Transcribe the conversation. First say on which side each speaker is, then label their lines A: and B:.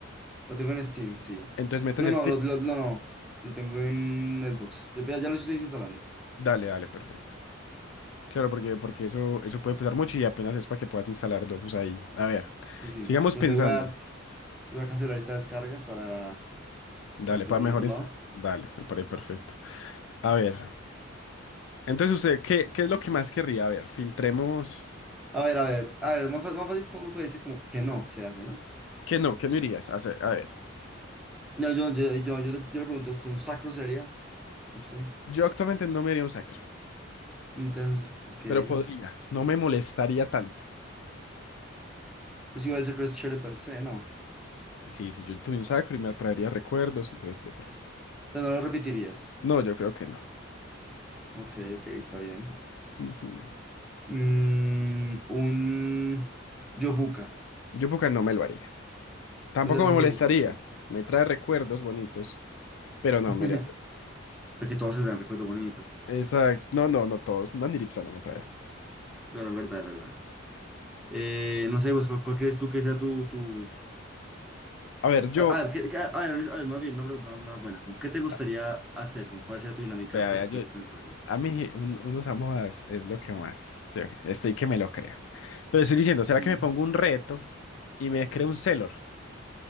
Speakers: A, in the centre; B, on the left.
A: Lo tengo en Steam, sí.
B: Entonces métase
A: No,
B: a
A: no,
B: Steam.
A: lo, lo- no, no, lo tengo en Xbox. Yo ya, ya lo estoy desinstalando.
B: Dale, dale, perfecto. Claro, porque, porque eso, eso puede pesar mucho y apenas es para que puedas instalar Dofus ahí. A ver,
A: Sí, sí.
B: sigamos
A: Pero
B: pensando.
A: te voy a, voy a cancelar esta descarga para,
B: Dale,
A: para hacerlo
B: para mejor
A: en otro
B: insta-
A: lado.
B: Dale, me parece perfecto. A ver, entonces usted, ¿qué, qué es lo que más querría? A ver, filtremos.
A: A ver, a ver, a ver, más, fa- más fácil uno puede decir como que no se hace, ¿no?
B: ¿Qué no? ¿Qué no irías a hacer? A ver,
A: No, yo, yo, yo, yo, le, yo le pregunto, ¿usted un sacro sería? ¿Usted?
B: yo actualmente no me iría a un sacro,
A: Entonces, usted,
B: pero podría.
A: ok.
B: No me molestaría tanto.
A: Pues igual el sacro es chévere per se, ¿no?
B: Sí, sí, yo tuve un sacro y me traería recuerdos, entonces de pronto.
A: Pero no lo repetirías.
B: No, yo creo que no.
A: Ok, ok, está bien.
B: Ujú.
A: Mm, un yobuca.
B: Yo porque no me lo haría. Tampoco
A: No serás
B: me
A: un
B: molestaría.
A: yobuca, ok.
B: Me trae recuerdos bonitos, pero no,
A: <laughs>
B: me haría.
A: Porque todos se dan recuerdos bonitos.
B: Exacto. No, no, no todos. Nandripsa no me trae.
A: Pero en verdad, es verdad. Eh, no sé, pues, ¿cuál, cuál crees tú que sea tu, tu,
B: A ver, yo.
A: A a ver, ¿qué- qué- a ver, a ver, más bien, una pregunta más más buena. Como, ¿qué te gustaría
B: ah,
A: hacer? Como, ¿cuál sería tu dinámica
B: Vea,
A: perfecta
B: vea, yo.
A: en el juego?
B: A mí, un- unos amodas es lo que más. Sí, ok, Estoy que me lo creo. Pero estoy diciendo,
A: Ujú.
B: ¿será que me pongo un reto y me creo un Celor?